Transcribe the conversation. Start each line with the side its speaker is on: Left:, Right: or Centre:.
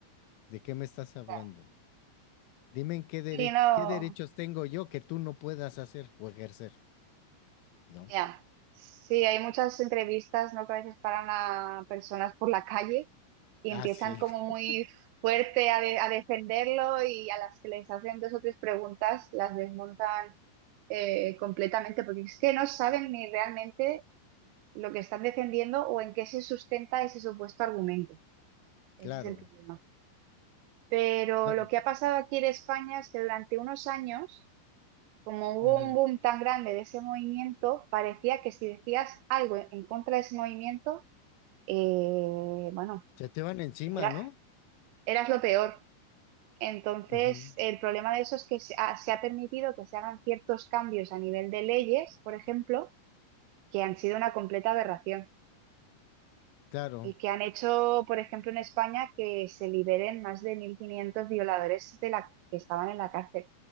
Left: ¿De qué me estás hablando?
Right: ya.
Left: Dime en qué, dere-
Right: Sí, no,
Left: qué derechos tengo yo que tú no puedas hacer o ejercer, ¿no?
Right: ya. Sí, hay muchas entrevistas, ¿no? Que a veces paran a personas por la calle y
Left: Ah,
Right: empiezan
Left: sí,
Right: como muy
Left: <laughs>
Right: fuerte a, de- a defenderlo y a las que les hacen dos o tres preguntas las desmontan eh, completamente, porque es que no saben ni realmente lo que están defendiendo o en qué se sustenta ese supuesto argumento. Ese
Left: claro.
Right: es el problema. Pero
Left: No,
Right: lo que ha pasado aquí en España es que durante unos años, como hubo
Left: ujú.
Right: un boom tan grande de ese movimiento, parecía que si decías algo en contra de ese movimiento, eh, bueno,
Left: Se te van encima,
Right: era,
Left: ¿no?
Right: eras lo peor. Entonces,
Left: Ujú,
Right: el problema de eso es que se ha, se ha permitido que se hagan ciertos cambios a nivel de leyes, por ejemplo, que han sido una completa aberración.
Left: Claro.
Right: y que han hecho, por ejemplo, en España, que se liberen más de 1.500 violadores de la, que estaban en la cárcel.